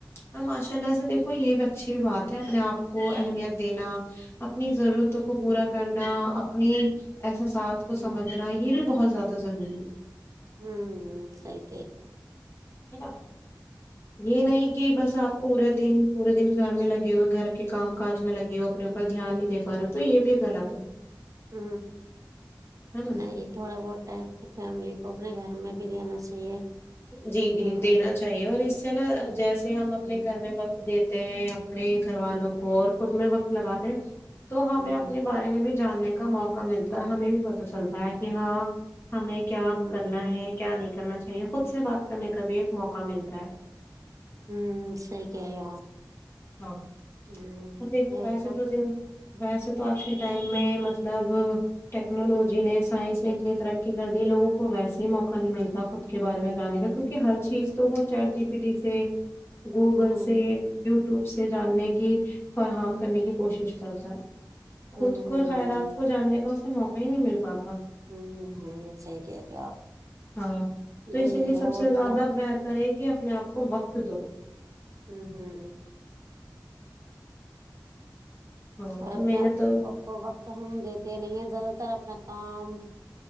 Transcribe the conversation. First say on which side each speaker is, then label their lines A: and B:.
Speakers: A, on the left; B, on the right.
A: اور ماشاء اللہ سے دیکھو یہ بھی اچھی بات ہے اپنے آپ کو اہمیت دینا اپنی ضرورتوں کو
B: ہوں
A: پورا کرنا نہیں <inaudible> ایسا ساتھ کو
B: ہوں
A: سمجھنا یہ بھی بہت زیادہ ب ضروری <inaudible>
B: ہوں صحی کہ
A: ا <inaudible> یہ نہیں کہ بس آپ پورے دن پورے دن گھر میں لگے ہوئے گھر کے کام کاج میں لگے ہو اپنے اوپر دھیان نہیں دے پا رہے ہو تو یہ بھی غلط ہے
B: ہ
A: ہے نا
B: نہیں تھوڑا بہت ہے اپنی فیملی کو اپنے گھر میں بریان چاہیے <unintelligible>
A: جی جی
B: ہوں
A: دینا چاہیے اور اس نا جیسے ہم اپنے
B: ہوں
A: گھر میں وقت دیتے ہیں اب <unintelligible> اپنے گھر والوں
B: ہوں
A: کو اور خود میں وقت لگاتے تو ہمیں
B: ہوں
A: اپنے بارے میں بھی جاننے کا موقع ملتا ہے ہمیں بھی پت چلتا ہے کہ ہاں ہمیں کیا
B: ہوں
A: کرنا ہے کیا نہیں کرنا چاہیے خود سے بات کرنے کا بھی ایک موقع ملتا ہے
B: ہوں صحی کہ رہی ہو آپ
A: ہاں
B: ہوں
A: ہ دیکھو
B: یہی
A: ویسے تو ویسے تو آج کے ٹائم میں مطلب ٹیکنالوجی جی نے سائنس
B: ہوں
A: نے اتنی طرق کرد لگوں کو ویسے ہی موقع نہیں ملتا خود کے بارے میں جانے گا کیونکہ ہر چیز تو وہ چیٹ جی پی ڈی سے گوگل
B: ہوں
A: سے و <unintelligible> وپ سے جاننے کی فراہم کرنے کی کوشش کرتا
B: ہوں
A: خود کو
B: ہوں
A: خیالات کو جاننے کا موق ہی نہیں مل پا
B: ہوں ہوں ہوں صحیح کہ تھے آپ
A: ہاں تو
B: یہی
A: اسی لیے
B: ہے
A: سب
B: اور
A: سے زیادہ
B: کیا
A: بہتر کریں کہ اپنے آپ کو وقت دو
B: ہوں ہوں
A: ہاں
B: اور
A: تو
B: اپنےپ
A: میں نے تو
B: کو وقت ہم دیتے نہیں ہیں زیادہ طر اپنا کام